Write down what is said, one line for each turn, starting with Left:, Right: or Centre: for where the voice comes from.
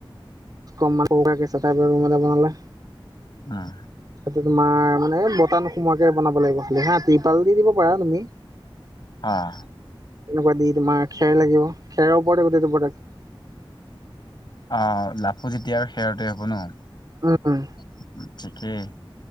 Right: কমান সৰু সুৰাকে চাতাইবেৰ ৰুম বনালা।
Left: অহ।
Right: তোমাৰ মানে বটান সোমোৱাকে বনাব লাগিব খালি হা তিপাল দি দিব পাৰা তুমি।
Left: অহ।
Right: এনেকুৱা দি তোমাৰ খেৰ লাগিব খেৰৰ ওপৰত গোটেইটো।
Left: অ' লাফু যেতিয়া আৰু শেৰতে হব ন'
Right: উম
Left: ঠিকেই।